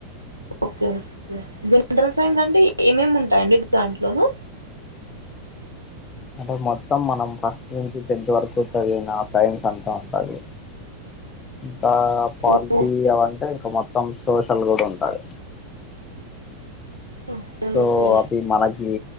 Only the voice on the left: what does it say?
అంటే మొత్తం మనం ఫస్ట్ నుంచి టెన్త్ వరకు చదిన సైన్స్ అంతా ఉంటది ఇంకా పాలిటీ
అవంటే ఇంకా మొత్తం సోషల్ గుడ ఉంటది
తో
అది మనకి